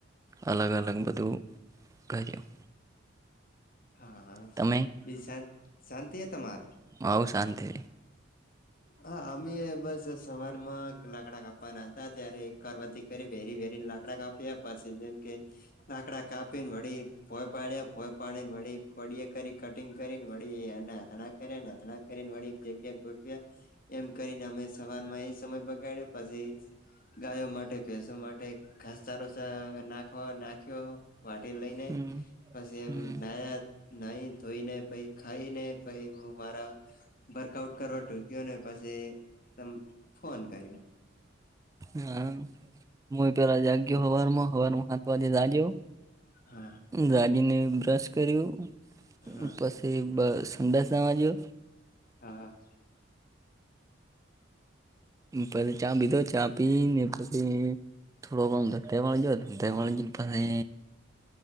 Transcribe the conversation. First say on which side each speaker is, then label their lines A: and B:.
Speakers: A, on the right (about 15°); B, on the left (about 45°).
A: અલગ અલગ બધું કર્યું.
B: હા
A: તમે
B: એ શાંત શાંતિ હે તમાર?
A: હઉ શાંતિ.
B: હા અમે બસ સવારમાં લાકડા કાપવાના તા ત્યારે કરવતેથી વેરી વેરીન લાકડા કાપયા પછી જેમ કે લાકડા કાપીન વળી ભોય પાડ્યા ભોય પાડીને વળી કોડીએ કરી કટિંગ કરીને વળી <unintelligible> કર્યા ન <inaudible> <unintelligible> વળી <inaudible> ગોઠવ્યા એમ કરીને અમે સવારમાં એ સમય બગાડ્યો પછી ગાયો માટે ભેસો માટે ઘાસ ચારો <unintelligible> નાખવા નાખ્યો. વા લઈ ને
A: હમ
B: પછી
A: હમ
B: એમ નાયા નહી ધોઈનેય પઇ ખાઈ ને પઇ હું મારા વર્કઆઉટ કરવા ટૂક્યો ને પછી તમે ફોન કર્યો.
A: હા હ <unintelligible> પે જાગ્યો
B: હા
A: હવારમાં હવારમાં હાત વાગ્યે જાગ્યો
B: હા
A: જાગીને બ્રશ કર્યુ.
B: હા
A: પછી બ સંદસમાં જો
B: હા
A: પછી ચા પીધો ચા પી ને પછી થોડો કમ તો <unintelligible> દવા જો દવાળજું પાસે